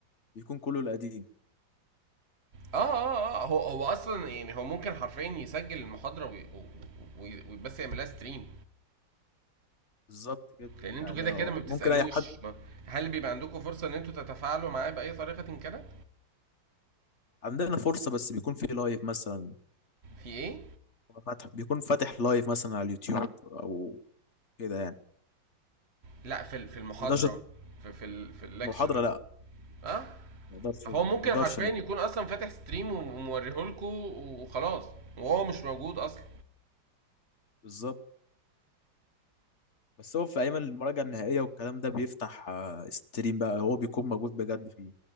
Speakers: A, on the left (about 45°); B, on the right (about 35°).
A: بيكون كله القديم
B: اه اه اه هو هو اصلا يعني هو ممكن حرفيا يسجل المحاضره وي وي وي بس يعملها ستريم
A: بالظبط كده
B: لان انتوا
A: يعني
B: كده كده ما بتسالوش
A: ممكن اي حد
B: ما هل بيبقى عندكم فرصه ان انتوا تتفاعلوا معاه باي طريقه إن كانت
A: عندنا فرصة بس بيكون في لايف مثلا
B: في ايه
A: فاتح بيكون فاتح لايف مثلا على اليوتيوب او كده يعني
B: لا في ال- في المحاضره
A: ما يقدرش
B: في في ال- في الليكتشر
A: محاضرة لا
B: اه
A: ما يقدرش
B: فهو ممكن
A: ما يقدرش
B: حرفيا
A: نت-
B: يكون اصلا فاتح ستريم وموريهولكوا وخلاص وهو مش موجود اصلا
A: بالظبط بس هو في ايام المراجعة النهائية والكلام ده بيفتح آه، ستريم بقى هو بيكون موجود بجد فيه